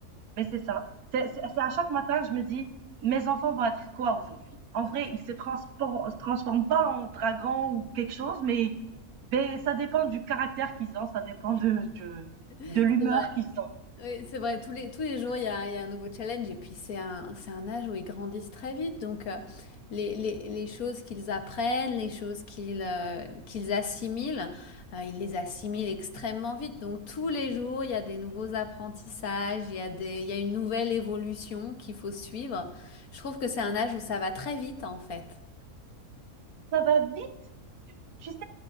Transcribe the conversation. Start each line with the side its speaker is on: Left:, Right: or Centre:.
Right: mais c'est ça. C'est c'est- c'est à chaque matin, je me dis, mes enfants vont être quoi aujourd'hui? En
Left: <laughs>
Right: vrai, ils se transforment, se transforment pas en dragon ou quelque chose, mais, mais ça dépend du caractère qu'ils ont, ça dépend de, de,
Left: c'est vrai.
Right: de l'humeur qu'ils ont.
Left: Oui, c'est vrai, tous les, tous les jours, il y a, il y a un nouveau challenge et puis c'est un, c'est un âge où ils grandissent très vite. Donc, euh, les, les, les choses qu'ils apprennent, les choses qu'ils euh, qu'ils assimilent, euh, ils les assimilent extrêmement vite. Donc, tous les jours, il y a des nouveaux apprentissages, il y a des, il y a une nouvelle évolution qu'il faut suivre. Je trouve que c'est un âge où ça va très vite, en fait.
Right: Ça va vite Tu sais,